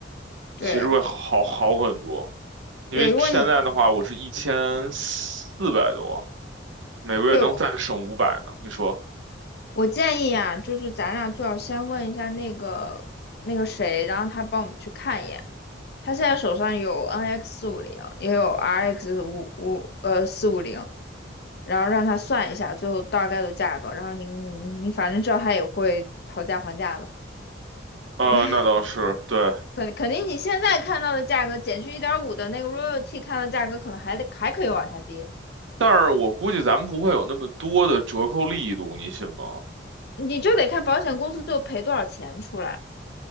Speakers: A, on the left (about 55°); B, on the right (about 85°).
A: 对
B: 其实会好好很多。因为现在的话，
A: 对，如果你
B: 我是一千四百多，每个月能再省五百呢。
A: 对我
B: 你说？
A: 我建议啊，就是咱俩最好先问一下那个那个谁，然后他帮我们去看一眼。他现在手上有 NX 四五零，也有 RX 五五呃四五零，然后让他算一下最后大概的价格，然后你你你反正知道他也会讨价还价的，对，
B: 呃，
A: <laughs>
B: 那倒是对，
A: 肯肯定你现在看到的价格减去一点五的那个 royalty 看到价格可能还得还可以往下跌，
B: 但是我估计咱们不会有那么多的折扣力度，你信吗？
A: 你就得看保险公司最后赔多少钱出来，